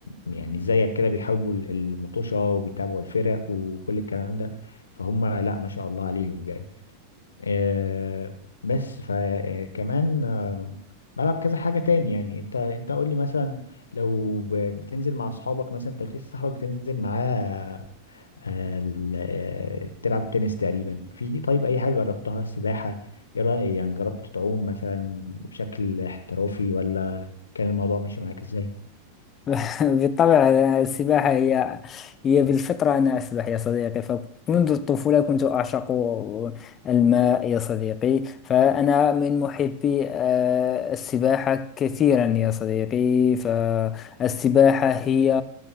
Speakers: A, on the left; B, on the left.
A: يعني زيك كده بيحبوا ال- المطوشه وبيتابعوا الفرق وكل الكلام ده فهم لا ما شاء الله عليهم يعني آه، بس فكمان بلعب كذا حاجه تاني يعني انت انت قول لي مثلا لو ب- بتنزل مع اصحابك مثلا انت قلت لي صاحبك بتنزل معاه آه، ال- آه، تلعب تنس تقريبا في طيب اي حاجه جربتها سباحه ايه رايك يعني جربت تعوم مثلا بشكل احترافي ولا كان الموضوع ماشي معاك ازاي
B: <laughs> بالطبع السباحة هي هي بالفطرة أنا أسبح يا صديقي فمنذ الطفولة كنت أعشق الماء يا صديقي فأنا من محبي آه، السباحة كثيرا يا صديقي فالسباحة هي